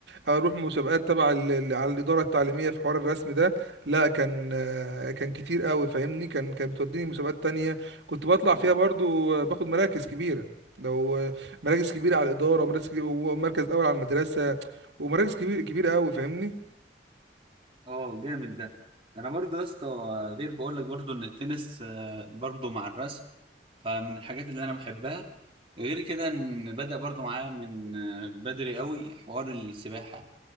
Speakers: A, on the right (about 75°); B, on the right (about 30°).
A: آه، اروح مسابقات تبع ال- ال- على الاداره التعليميه في حوار الرسم ده لا كان آه، كان كتير قوي فاهمني كان كانت بتوديني مسابقات تانية كنت بطلع
B: اه
A: فيها برضو آه، باخد مراكز كبيره لو آه، مراكز كبيره على الاداره ومراكز ومركز اول على المدرسه ومراكز كبير كبيره قوي فاهمني
B: اه جامد ده انا برضو يا اسطى غير بقول لك برضو ان التنس آه، برضو مع الرسم فمن الحاجات اللي انا بحبها غير كده ان بدأ برضو معايا من آه، بدري قوي حوار السباحة